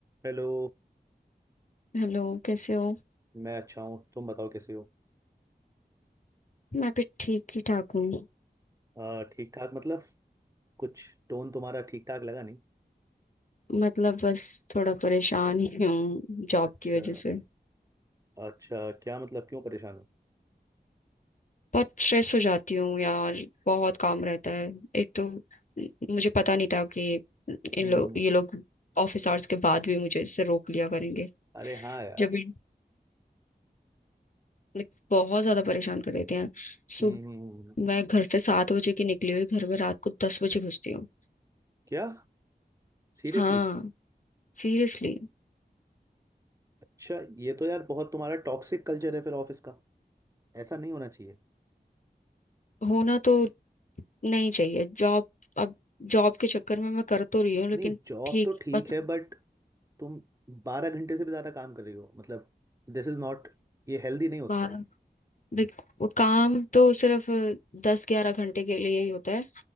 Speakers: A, on the right; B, on the left.
A: Hello
B: Hello कैसे हो
A: मैं अच्छा हूँ तुम बताओ कैसे हो
B: मैं भी ठीक ही ठाक हूँ
A: आ, ठीक ठाक मतलब कुछ टोन तुम्हारा ठीक ठाक लगा नहीं
B: मतलब बस थोड़ा परेशान ही हूँ जॉब
A: अच्छा
B: की वजह से
A: अच्छा क्या मतलब क्यों परेशान हो
B: बहुत स्ट्रेस हो जाती हूँ यार बहुत काम रहता है एक तो मुझे पता नहीं था कि इन
A: हम्म
B: लोग
A: हम्म,
B: ये लोग ऑफिस आवर्स के बाद भी मुझे इससे रोक लिया करेंगे
A: अरे हाँ यार
B: जब भी like, बहुत ज्यादा परेशान कर देते हैं सो
A: हम्म हम्म, हम्म। हम्म।
B: मैं घर से सात बजे की निकली हुई घर में रात को दस बजे घुसती हूँ
A: क्या सीरियसली
B: हाँ सीरियसली
A: अच्छा ये तो यार बहुत तुम्हारा टॉक्सिक कल्चर है फिर ऑफिस का ऐसा नहीं होना चाहिए
B: होना तो नहीं चाहिए जॉब अब जॉब के चक्कर में मैं कर तो रही हूँ लेकिन
A: नहीं जॉब
B: ठीक
A: तो ठीक
B: पसंद
A: है बट तुम बारह घंटे से भी ज़्यादा काम कर रही हो मतलब दिस इज नॉट ये हेल्दी नहीं होता
B: बारह
A: है
B: देख वो काम तो सिर्फ दस ग्यारह घंटे के लिए ही होता है